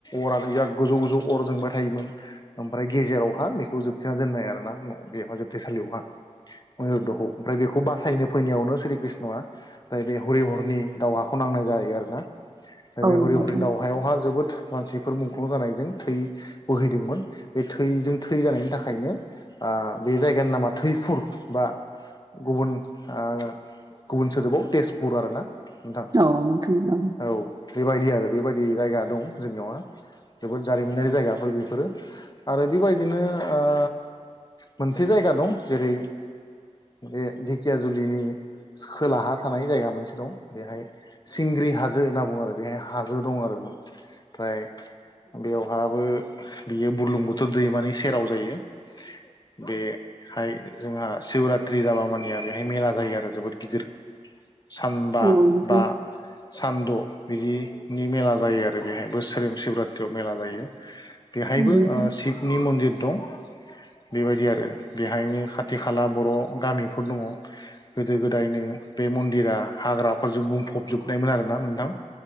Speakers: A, on the left; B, on the right.
A: अरानो बिराद गोजौ गोजौ अर जोंबाय थायोमोन ओमफ्राय गेजेरावहा बेखौ जोबथेना दोननाय आरो ना बेहा जोबथेसालियावहा अनिरु्धखौ ओमफ्राय बेखौ बासायनो फैनायावनो श्री कृष्णआ ओमफ्राय बे हरि हरनि दावहाखौ नांनाय जाहै आरोना ओमफ्राय बे
B: नोंथां
A: हरि हरनि
B: औ
A: दावहा दावहायावहा जोबोद मानसिफोर मुंख्लं जानायजों थै बोहैदोंमोन बे थैजों थै जानायनि थाखायनो बे जायगानि नामा थैफुर बा गुबुन गुबुन सोदोबाव तेजपुर आरो ना नोंथां
B: औ नोंथां औ
A: औ बेबायदि आरो बेबायदि जायगा दं जोंनियावहा जोबोद जारिमिनारि जायगाफोर बेफोरो आरो बेबायदिनो ओ मोनसे जायगा दं जेरै बे धेकिया जुलिनि खोलाहा थानाय जायगा मोनसे दं बेहाय सिंग्रि हाजो होनना बुंङो आरो बेहाय हाजो दं आरो ओमफ्राय बेवहाबो बियो बुरलुंबुथुर दैमानि सेराव जायो बे बेहाय जोंहा शिवरात्रि जाबा मानिया बेहाय मेला जायो आरो जोबोद गिदिर सानबा
B: औ नोंथां
A: बा
B: औ
A: सान द' बिनि मेला जायो आरो बेहाय बोसोरि शिबरात्रियाव मेला जायो बेहायबो
B: नोंथां
A: शिबनि मन्दिर दं बेबायदि आरो बेहायनो खाथि खाला बर' गामिफोर दंङो गोदो गोदायनो बे मन्दिरा हाग्राफोरजों बुंफबजोबनायमोन आरोना नोंथां